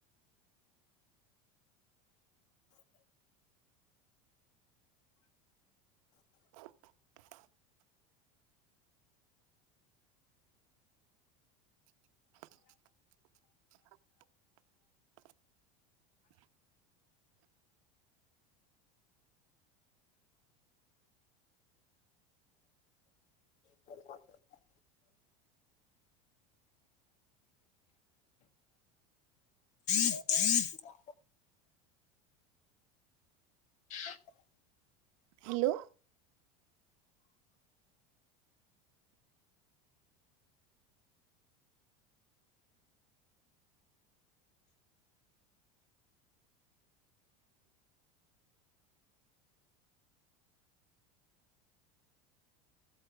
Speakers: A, on the right; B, on the left.
A: <inaudible> <inaudible> <inaudible>
B: ब <inaudible> <inaudible> <inaudible>
A: हॅलो